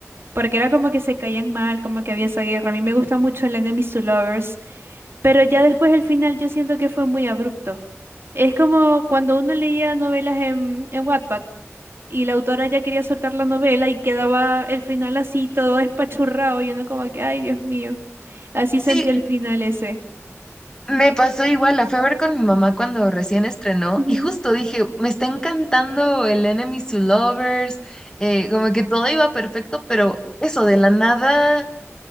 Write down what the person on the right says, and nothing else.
porque era como que se caían mal, como que había esa guerra. A mí me gusta mucho el Enemies to Lovers, pero ya después el final yo siento que fue muy abrupto. Es como cuando uno leía novelas en, en Wattpad y la autora ya quería soltar la novela y quedaba el final así, todo espachurrado, y uno como que, ay, Dios mío, así
sentí el final ese.
Ujú.